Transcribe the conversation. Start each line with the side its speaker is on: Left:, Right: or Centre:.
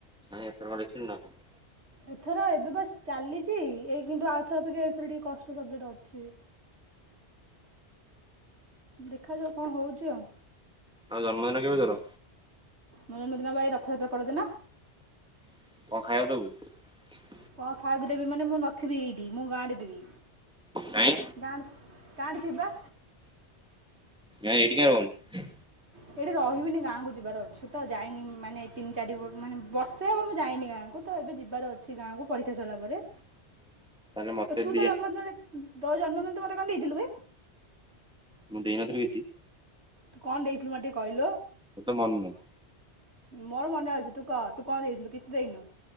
Centre: କାଇଁ ଏଥର ଲେଖିନୁ ନା କଣ?
Right: ଏଥର ଏବେ ବାସ ଚାଲିଚି। ଏଇ କିନ୍ତୁ ଆରଥକ ଅପେକ୍ଷା ଏଇଥର ଟିକେ କଷ୍ଟ ସବଜେଟ ଅଛି। ଦେଖାଯାଉ କଣ ହଉଚି ଆଉ।
Centre: ଆଉ ଜନ୍ମଦିନ କେବେ ତର?
Right: ମୋ ଜନ୍ମ ଦିନ ପା ଏଇ ରଥଯାତ୍ରା ପରଦିନ।
Centre: କଁ ଖାଇବାକୁ ଦବୁ?
Right: କଣ ଖାଇବାକୁ ଦେବି ମାନେ ମୁଁ ନଥିବି ଏଇଟି ମୁଁ ଗାଁ ରେ ଥିବି
Centre: କାଇଁ
Right: ଗାଁ ରେ ଗାଁ ରେ ଥିବି ପା।
Centre: ଏଇଟି କାଇଁ ରଇବୁନୁ?
Right: ଏଇଠି ରହିବିନି ଗାଁକୁ ଯିବାର ଅଛି ତ ଯାଇନି ମାନେ ତିନି ଚାରି ବ ମାନେ ବର୍ଷେ ହେବ ମୁଁ ଯାଇନି ଗାଁକୁ। ମୁଁ ତ ଏବେ ଯିବାର ଅଛି ଗାଁକୁ ପରୀକ୍ଷା ସରିଲା ପରେ।
Centre: <unintelligible> ମତେ
Right: ତୁ
Centre: ଦି
Right: ତ ଜନ୍ମଦିନରେ ତୋ ଜନ୍ମଦିନ ରେ ତୁ ମତେ କଣ ଦେଇଥିଲୁ ବେ?
Centre: ମୁଁ ଦେଇନଥିଲି କିଛି?
Right: ତୁ କଣ ଦେଇଥିଲୁ ମତେ ଟିକେ କଇଲୁ?
Centre: ମୋ ତ ମନ ନାହିଁ।
Right: ମୋର ମନେ ଅଛି ତୁ କଅ ତୁ କଣ ଦେଇଥିଲୁ କିଛି ଦେଇନୁ?